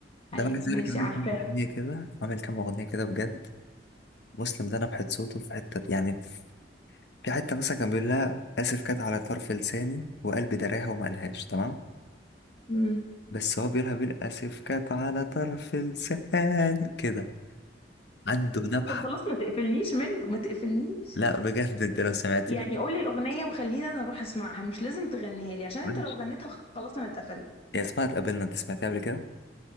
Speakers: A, on the left; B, on the left.
A: ده
B: ايوه
A: بقى عايز
B: ماشي
A: اقول لك عامل
B: عارفاها
A: كام اغنية كده عامل كام اغنية كده بجد مسلم ده نبحة صوته في حتة يعني في حتة مثلا كان بيقول لها اسف كانت على طرف لساني وقلبي دراها وما قالهاش تمام
B: امم
A: بس هو بيقولها بالاسف كانت على طرف لساني كده عنده نبحة
B: طب خلاص ما تقفلنيش منه ما تقفلنيش
A: لا بجد انت لو سمعتي
B: يعني
A: منها
B: قولي الأغنية وخليني أنا أروح أسمعها مش لازم تغنيها لي عشان
A: ماشي
B: أنت لو غنيتها خلاص أنا اتقفلت
A: يا اسمها اتقابلنا انت سمعتيها قبل كده